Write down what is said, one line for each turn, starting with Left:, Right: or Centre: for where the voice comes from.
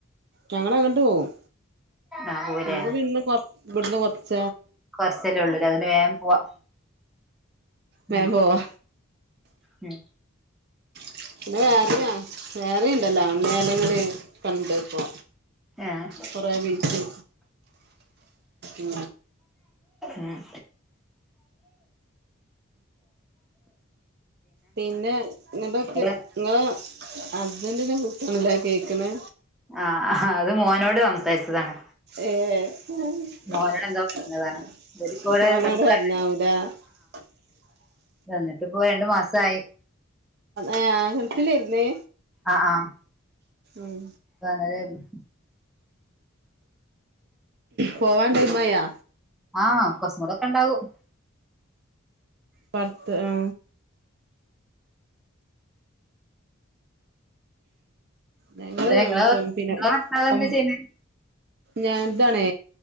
Right: ഞങ്ങളങ്ങട്ട് പോവും
Centre: ആഹ് പോവുല്ലേ
Right: <unintelligible> ന്ന് കാർ വ്ട്ന്ന് കൊർച്ച
Centre: കൊർച്ചല്ലെ ഒള്ളൂലെ അതോണ്ട് വേം പോവാ
Right: വേം
Centre: ഉം
Right: പോവാ
Centre: ഉം
Right: <unintelligible> കണ്ട് പ്പോ
Centre: ആഹ്
Right: കൊറേ വീട്ടി ഉം
Centre: ഉം
Right: പിന്നെ ങ്ങട്ടോക്ക്
Centre: ഒരു
Right: ങ്ങളെ ഹസ്ബന്റിന്റെ കു ട്ട്ണ്ലെ അത് കേക്ക്ണെ
Centre: ആഹ് അത് മോനോട് സംസാരിച്ചതാണ്
Right: ഏ <unintelligible>
Centre: മോനോട് എന്തോ പറഞ്ഞതാണ് ഇവരിപ്പോടെ
Right: ഉ
Centre: വന്നതാണ് വന്നിട്ട്പ്പോ രണ്ട് മാസായി
Right: ഏ ഗൾഫിലെര്ന്ന്
Centre: ആ
Right: ഉം
Centre: വന്നതേര്ന്ന്
Right: പോവാൻ ടൈമായാ
Centre: ആ കൊസ്മാെതൊക്കെണ്ടാവും
Right: പട്ത്ത്‌ ആ ഞങ്ങള്
Centre: എടാ ഇങ്ങളെ
Right: പ്പം പിന്നെ
Centre: ഇങ്ങളെ ഭർത്താവ്
Right: പ്പം
Centre: എന്താ ചെയ്യണെ
Right: ഞാൻതാണേ